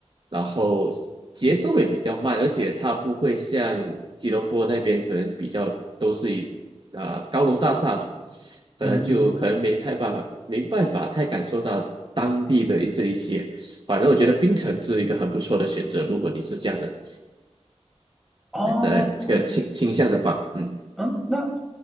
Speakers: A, on the right (about 45°); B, in the centre.
A: 然后节奏也比较慢，而且它不会像吉隆坡那边可能比较都是以啊、高楼大厦嘛，可能就可能没太办法，
B: 嗯，
A: 没办法太感受到当地的这一些。反正我觉得槟城是一个很不错的选择，如果你是这样的。
B: 哦。
A: 呃这个倾倾向的话，嗯，
B: 嗯，那